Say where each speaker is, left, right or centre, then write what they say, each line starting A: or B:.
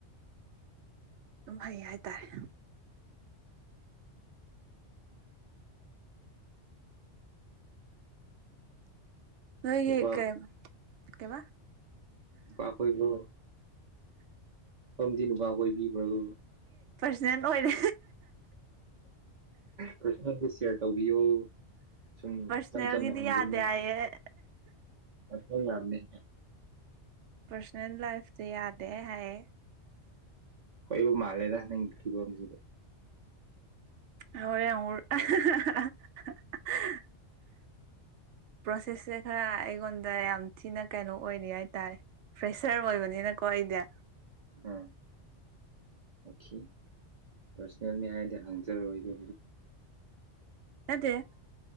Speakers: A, on the right; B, on the right.
A: ꯑꯗꯨꯝ ꯐꯩ ꯍꯥꯏꯇꯥꯔꯦ ꯅꯣꯏꯒꯤ
B: ꯅꯨꯄꯥ
A: ꯀꯩ ꯀꯩꯕꯥ
B: ꯄꯥꯈꯣꯏꯣ ꯐꯝꯗꯤ ꯅꯨꯨꯄꯥ ꯑꯣꯏꯕꯤꯕ꯭ꯔꯕ
A: ꯏꯗꯦꯟ ꯑꯣꯏꯔꯦ
B: ꯀ꯭ꯔꯤꯁꯅꯁꯦ ꯁꯤꯌꯥꯔ ꯇꯧꯕꯤꯌꯨ ꯁꯨꯝ
A: ꯄꯔꯁꯣꯅꯦꯜꯒꯤꯗꯤ
B: ꯏꯆꯝ ꯆꯝꯅ ꯍꯥꯡꯕꯤꯅꯤꯪ
A: ꯌꯥꯗꯦ ꯍꯥꯏꯌꯦ
B: ꯂꯥꯛꯑꯅꯤ ꯌꯥꯝꯃꯦ
A: ꯄꯔꯁꯣꯅꯦꯜ ꯂꯥꯏꯐꯁꯦ ꯌꯥꯗꯦ ꯍꯥꯏꯌꯦ
B: ꯍꯣꯏꯕꯨ ꯃꯥꯜꯦꯗ ꯅ ꯀ ꯀꯝꯁꯤꯕ
A: ꯍꯔꯦꯔ ꯄ꯭ꯔꯣꯁꯦꯁꯁꯦ ꯈꯔ ꯑꯩꯉꯣꯟꯗ ꯌꯥꯝ ꯊꯤꯅ ꯀꯩꯅꯣ ꯑꯣꯏꯔꯤ ꯍꯥꯏꯇꯥꯔꯦ ꯐ꯭ꯔꯦꯁꯔ ꯑꯣꯏꯕꯅꯤꯅ ꯀꯣꯏꯗ
B: ꯑ ꯑꯣꯀꯦ <unintelligible> ꯆꯅꯤ ꯍꯥꯏꯔꯗꯤ ꯍꯪꯖꯔꯣꯏꯗ
A: ꯑꯗꯦ